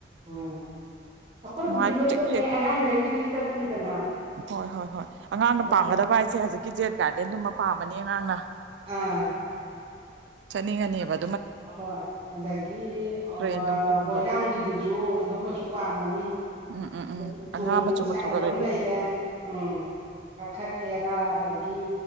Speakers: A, on the right; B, on the right.
A: ꯎꯝ ꯑꯩꯈꯣꯏꯕꯨꯗꯤ
B: ꯅꯨꯡꯉꯥꯏ
A: ꯂꯣꯏ
B: ꯆꯤꯛ
A: ꯆꯠꯂꯦ
B: ꯆꯤꯛ
A: ꯑꯉꯥꯡꯈꯩꯒꯤꯗꯤ ꯆꯠꯇ꯭ꯔꯤꯗꯅ
B: ꯍꯣꯏ ꯍꯣꯏ ꯍꯣꯏ ꯑꯉꯥꯡꯅ
A: ꯑꯗꯣ
B: ꯄꯥꯝꯒꯗꯕ ꯍꯥꯏꯁꯦ ꯍꯧꯖꯤꯛꯀꯤ ꯖꯦꯠ ꯒꯥꯔꯗꯦꯟꯗꯨꯃ ꯄꯥꯝꯃꯅꯤ ꯑꯉꯥꯡꯅ
A: ꯑꯥ
B: ꯆꯅꯤ ꯉꯅꯤꯕ
A: ꯍꯣꯏ ꯑꯗꯒꯤ ꯑ ꯑꯣꯏꯣꯏꯅꯥꯝꯒꯤꯗꯨꯁꯨ
B: ꯇ꯭ꯔꯦꯟ ꯅꯨꯡ ꯇꯣꯡꯕꯗꯣ
A: ꯑꯗꯨꯝꯅꯁꯨ ꯄꯥꯝꯃꯅꯤ
B: ꯎꯝ ꯎꯝ ꯎꯝ
A: ꯍꯥꯏꯗꯤ
B: ꯑꯉꯥꯡ
A: ꯇꯣꯡꯒꯤ
B: ꯃꯆꯨ
A: ꯁꯥꯟꯅꯕ
B: ꯃꯆꯨꯒ ꯂꯩꯕꯗꯣ
A: ꯑꯃ ꯂꯩꯔꯦ ꯎꯝ ꯀꯥꯈꯠꯀꯦꯔꯥ ꯑꯗꯒꯤ ꯒꯤ